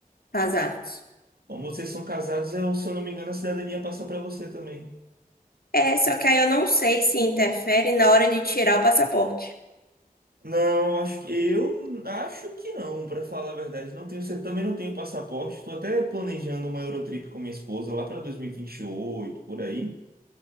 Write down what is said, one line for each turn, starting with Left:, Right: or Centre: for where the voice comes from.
Left: Casado.
Right: Como vocês são casados, eu, se eu não me engano, a cidadania passa para você também.
Left: É, só que aí eu não sei se interfere na hora de tirar o passaporte.
Right: Não, acho que eu acho que não, pra falar a verdade. Não tenho, cer- também não tenho passaporte. Estou até planejando uma Eurotrip com minha esposa lá para dois mil e e vinte e oito por aí.